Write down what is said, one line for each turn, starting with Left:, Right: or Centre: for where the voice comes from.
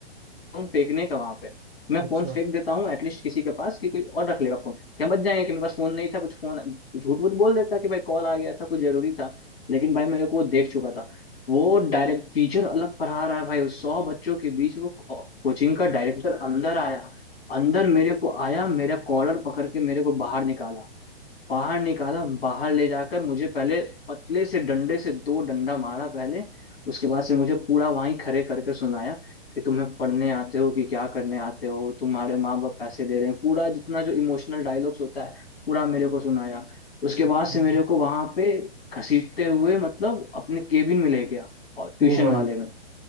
Left: फोन फेंकने का वहां पे मैं
Right: अच्छा
Left: फोन फेंक देता हूँ एटलीस्ट किसी के पास कि कोई और रख लेगा फोन क्या बच जाएंगे कि मेरे पास फोन नहीं था कुछ फोन झूठ वूठ बोल देता कि भाई कॉल आ गया था कुछ जरूरी था लेकिन भाई मेरे को वो देख चुका था वो डायरेक्ट टीचर अलग पढ़ा रहा है भाई उस सौ बच्चों के बीच वो कोचिंग का डायरेक्टर अंदर आया अंदर मेरे को आया मेरा कॉलर पकड़ के मेरे को बाहर निकाला बाहर निकाला बाहर ले जाकर मुझे पहले पतले से डंडे से दो डंडा मारा पहले उसके बाद से मुझे पूरा वहीं खड़े कर कर सुनाया कि तुम्हें पढ़ने आते हो कि क्या करने आते हो तुम्हारे माँ बाप पैसे दे रहे हैं पूरा जितना जो इमोशनल डायलॉग्स होता है पूरा मेरे को सुनाया उसके बाद से
Right: हम्म
Left: मेरे को वहां पे घसीटते हुए मतलब अपने केबिन में ले गया और ट्यूशन
Right: ओ भाई
Left: वाले में